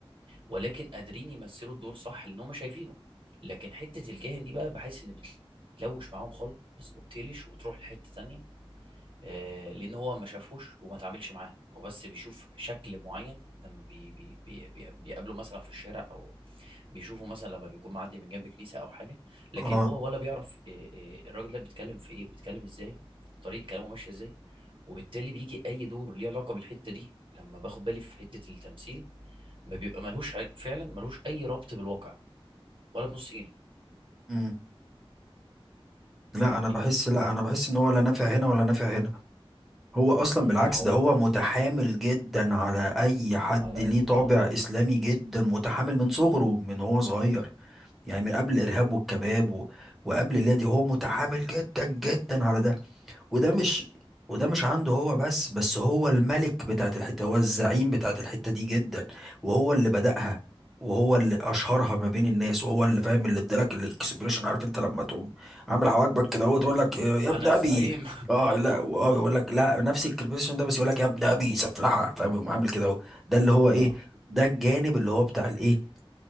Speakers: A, on the right (about 55°); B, in the centre.
A: ولكن قادرين يمثلوا الدور صح لان هم شايفينه لكن حته الكاهن دي بقى بحس ان بتلوش معاهم خالص وبتقلش وتروح لحته تانية آه لان هو ما شافوش وما تعاملش معاه هو بس بيشوف شكل معين لما بي بي بي بي بيقابله مثلا في الشارع او بيشوفه مثلا لما بيكون معدي من جنب كنيسه او حاجه لكن
B: اه
A: هو ولا بيعرف آه، آه، الراجل ده بيتكلم في ايه وبيتكلم ازاي طريقه كلامه ماشيه ازاي وبالتالي بيجي اي دور ليه علاقه بالحته دي لما باخد بالي في حته التمثيل ما بيبقى ملهوش عل... فعلا ملهوش اي ربط بالواقع ولا بنص جنيه
B: امم
A: فاهمني
B: لا انا بحس لا انا بحس ان هو لا نافع هنا ولا نافع هنا هو اصلا بالعكس
A: ما هو
B: ده هو متحامل جدا على اي حد
A: على
B: ليه
A: ال...
B: طابع
A: اه
B: اسلامي جدا متحامل من صغره من هو صغير يعني من قبل الارهاب والكباب و... وقبل اللي دي هو متحامل جدا جدا على ده وده مش وده مش عنده هو بس بس هو الملك بتاعت الحتة هو الزعيم بتاعت الحتة دي جدا وهو اللي بدأها وهو اللي أشهرها ما بين الناس وهو اللي فاهم اللي ادالك الاكسبريشن عارف انت لما تقوم عامل حواجبك كده اهو تقول
A: انا
B: لك يا
A: انا
B: ابن ابي
A: الزعيم
B: اه لا اه يقول لك لا نفس الاكسبريشن ده بس يقول لك يا ابن ابي سفلحه فاهم يقوم عامل كده اهو ده اللي
A: <laughs>
B: هو ايه
A: اه
B: ده الجانب اللي هو بتاع الايه